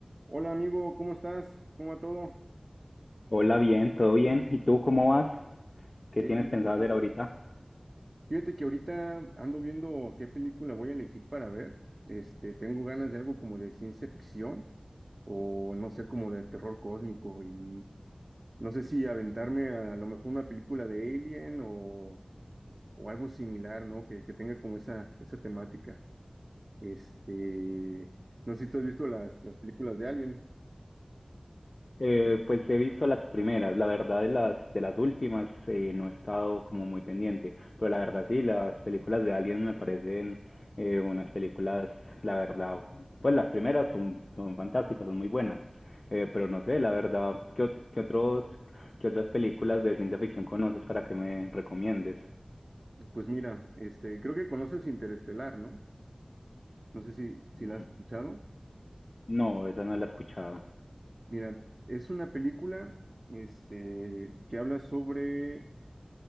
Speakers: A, on the right; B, on the left.
A: Hola amigo, ¿cómo estás? ¿Cómo va todo?
B: Hola, bien, todo bien. ¿Y tú cómo vas? ¿Qué
A: Bien,
B: tienes
A: bien,
B: pensado
A: Juan.
B: hacer ahorita?
A: Fíjate que ahorita ando viendo qué película voy a elegir para ver. Este, tengo ganas de algo como de ciencia ficción o no sé, como de terror cósmico y no sé si aventarme a, lo mejor una película de Alien o, o algo similar, ¿no? Que, que tenga como esa, esa temática. Este, no sé si tú has visto las, las películas de Alien.
B: Eh, pues he visto las primeras, la verdad de las de las últimas eh, no he estado como muy pendiente, pero la verdad sí, las películas de Alien me parecen eh, unas películas, la verdad, pues las primeras son, son fantásticas, son muy buenas, eh, pero no sé, la verdad, ¿qué, ot- qué otros, qué otras películas de ciencia ficción conoces para que me recomiendes?
A: Pues mira, este, creo que conoces Interestelar, ¿no? No sé si, si
B: Mm,
A: la has escuchado.
B: No, esa no la he escuchado.
A: Mira, es una película este, que habla sobre